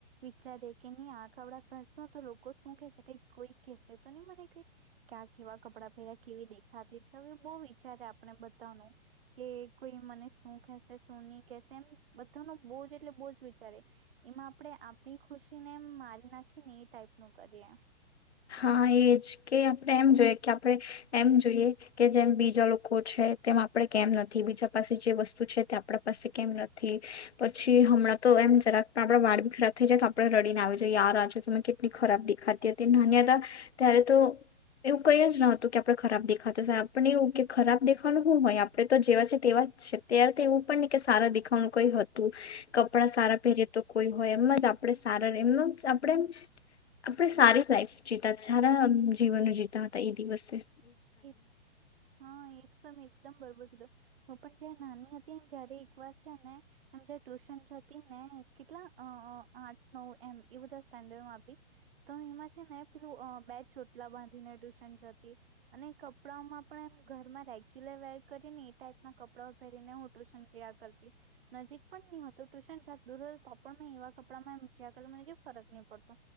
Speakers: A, on the right (about 50°); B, on the left (about 65°).
A: વિચારી કે નઈ આ કપડાં પહેરશો તો લોકો શું કેશે કઈ કોઈ કેહેશે તો નહી મને કઈ ક્યાં કેવા કપડાં પહેર્યા કેવી દેખાતી છે હવે બહ વિચારે આપણે બહાનું કે કોઈ મને શું કેશે શું નહી કેશે એમ બધા ન બહજ એટલે બહુજ વિચારી એમાં આપણે આપણી ખુશી ને એમ મારી નાખી ને એ ટાઈપ ન કરીએ
B: હા એજ કે આપણે એમ જોઈએ કે આપણે એમ જોઈએ કે જેમ બીજા લોકો છે તેમ આપડે કેમ નથી બીજા પાસે જે વસ્તુ છે તે આપણા પાસે કેમ નથી પછી હમણાં તો એમ જરાક પણ આપડા વાળ ખરાબ થઈ જાય તો આપડે રડીને આવ જઈએ યાર આજો તમે કેટલી ખરાબ દેખાતી તે નાન્યતા ત્યારે તો એવું કઈ જ ન હતું કે આપણે ખરાબ દેખાતા પણ એવું કે ખરાબ દેખવાનું હું હોય આપડણે તો જેવા છે તેવા જ છે ત્યારે તો એવું પણ નહી કે સારા દેખાવાનું કઈ હતું. કપડા
A: એ
B: સારા પહેરે તો કોઈ હોય એમમાં જ આપણે સારા એમના આપણે આપણે સારી લાઈફ જીતા સારા જીવનો જીતા હતા એ દિવસે
A: એ હા એ તો તમે એકદમ બરોબર ધુ હું પણ જ્યાં નાની હતીન ત્યારે એક વાર છે ને એમ જે ટ્યુશન જતી ને કેટલા અઅ આઠ નવ એમ એ બધા સ્ટેન્ડર્ડમાં આપી તો એમાં છે ને પેલું અ બે ચોટલા બાંધીને ટ્યુશન જતી. અને કપડામાં પણ એમ ઘરમાં રેગ્યુલર વેર કરીને એ ટાઈપ ના કપડાઓ પહેરીને હું ટુશન જયા કરતી નજીક પણ ની હતું ટુશન જક દૂર હ તો પણ મેં એવા કપડામાં એમ જયા કર મને કઈ ફરક નહી પડતો